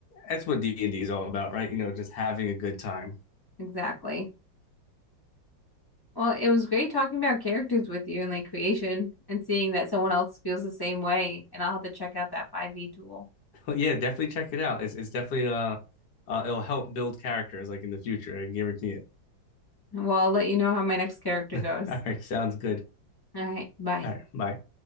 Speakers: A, on the left; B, on the left.
A: that's what D and D is all about, right? You know, just having a good time. <laughs>
B: Exactly. Well, it was great talking about characters with you and like creation and seeing that someone else feels the same way. And I'll have to check out that 5e tool.
A: But yeah, definitely check it out. It's it's definitely uh, uh it'll help build characters like in the future. I guarantee it.
B: Well, I'll let you know how my next character
A: <laughs>
B: goes.
A: All right, sounds good.
B: All right, bye.
A: All right, bye.